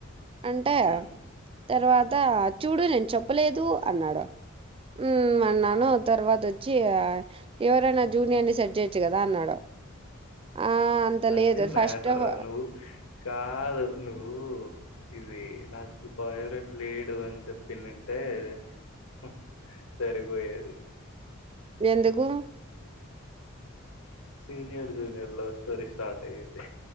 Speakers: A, on the right; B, on the left.
A: అంటే
B: ఉమ్,
A: తర్వాత చూడు నేను చెప్పలేదు అన్నాడు ఉమ్ అన్నాను
B: ఉమ్.
A: తర్వాత వచ్చి చి ఎవరైనా జూనియర్ ని సెట్ చేయొచ్చు కదా అన్నాడు. ఆ అంత
B: అది
A: లేదు
B: మ్యాటర్
A: ఫస్ట్ ఆఫ్
B: నువ్ కాదు నువ్వు ఇది నాకు బాయ్ ఫ్రెండ్ లేడు అని చెప్పిందంటే హు సరిపోయేది
A: ఎందుకు
B: senior junior love story start అయింది.